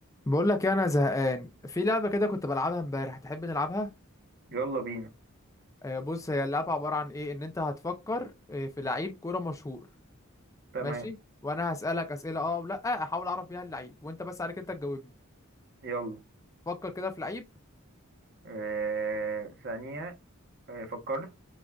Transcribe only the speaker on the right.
يلا بينا
تمام
يلا
آه ثانية آه فكرت